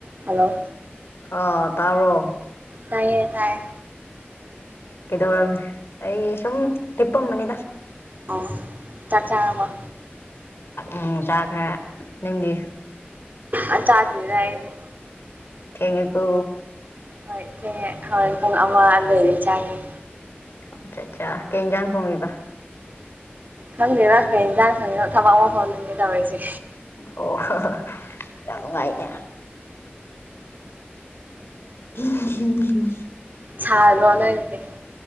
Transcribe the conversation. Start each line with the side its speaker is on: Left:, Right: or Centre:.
Right: hello
Left: ꯑ ꯇꯥꯔꯣ
Right: ꯇꯥꯏꯌꯦ ꯇꯥꯏ
Left: ꯀꯩꯗꯧꯔꯝꯃꯦ ꯑꯩ ꯁꯨꯝ ꯂꯤꯞꯄꯝꯕꯅꯤꯗ
Right: ꯑ ꯇꯥꯛ ꯑꯝꯕ
Left: ꯎ ꯆꯥꯈ꯭ꯔꯦ ꯅꯪꯗꯤ
Right: ꯑ ꯆꯥꯗꯔꯑꯅꯦ
Left: ꯊꯉꯀꯨ
Right: ꯍꯣꯏ ꯏ ꯍꯣꯏ ꯄꯨꯡ ꯑꯃ ꯂꯩꯔꯤ ꯆꯥꯅꯤꯦ
Left: ꯑꯆꯥ ꯑꯆꯥ ꯀꯩꯅꯖ ꯊꯣꯡꯉꯩꯕ
Right: ꯈꯪꯗꯦꯔꯥꯛ ꯀꯩꯅ ꯂꯥꯛ ꯊꯧꯔꯤꯅꯣ ꯊꯕꯛ ꯑꯃ ꯐꯥꯎꯗꯅꯦ ꯇꯧꯔꯤꯁꯦ
Left: ꯑꯣ ꯍꯣ ꯌꯥꯝ ꯅꯨꯡꯉꯥꯏꯅꯦ ꯍꯝ
Right: ꯁꯥꯗꯣ ꯅꯣꯏꯔꯅꯦ